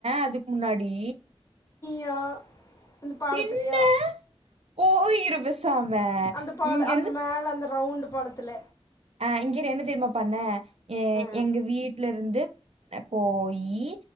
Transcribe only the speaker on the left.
யா இந்த பாலத்துலயா
அந்த பால
அந்த மேல அந்த ரவுண்டு பலத்துல
ஆ